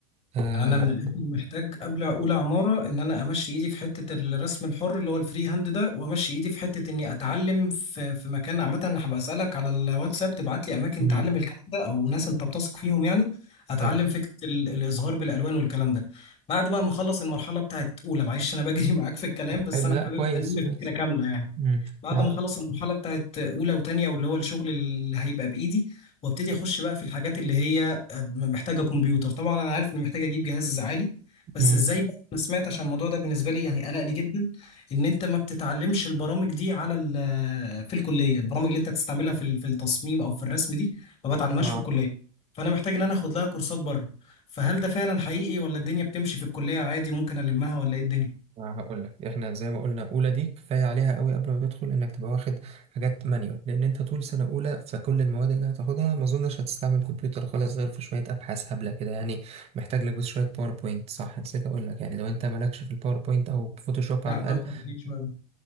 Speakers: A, on the right (about 30°); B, on the left (about 30°).
A: آه
B: يعني انا من الاخر محتاج قبل اقول عماره ان انا امشي ايدي في حته الرسم الحر اللي هو الفري هاند ده وامشي ايدي في حته اني اتعلم في في مكان عامه انا هبقى اسالك على الواتساب تبعت لي اماكن
A: مم.
B: تعلم الكلام ده او ناس انت بتثق فيهم يعني اتعلم
A: حلو
B: فكره ال- الازهار بالالوان والكلام ده بعد بقى ما اخلص المرحله بتاعت اولى معلش انا بجري <laughs> معاك في الكلام بس
A: حلو
B: انا
A: لا
B: حابب
A: كويس
B: الم
A: كويس
B: فكره كامله يعني
A: مم.
B: بعد
A: ما-
B: ما اخلص المرحله بتاعت اولى وتانية واللي هو الشغل اللي هيبقى بايدي وابتدي اخش بقى في الحاجات اللي هي محتاجه كمبيوتر طبعا انا عارف اني محتاج اجيب جهاز عالي بس
A: مم.
B: ازاي بقى انا سمعت عشان الموضوع ده بالنسبه لي يعني قلقني جدا ان انت ما بتتعلمش البرامج دي على ال- في الكليه البرامج اللي انت تستعملها في ال- في التصميم او في الرسم دي ما بتعلمهاش
A: آه.
B: في الكليه فانا محتاج ان انا اخد لها كورسات بره فهل ده فعلا حقيقي ولا الدنيا بتمشي في الكليه عادي ممكن المها ولا ايه الدنيا
A: أنا هقول لك احنا زي ما قلنا اولى دي كفايه عليها قوي قبل ما تدخل انك تبقى واخد حاجات مانيوال لان انت طول سنه اولى فكل المواد اللي هتاخدها ما اظنش هتستعمل كمبيوتر خالص غير في شويه ابحاث هبله كده يعني محتاج لك بس شويه باوربوينت صح نسيت اقول لك يعني لو انت مالكش في الباوربوينت او فوتوشوب
B: لا
A: على الاقل
B: بفهم فيه شويه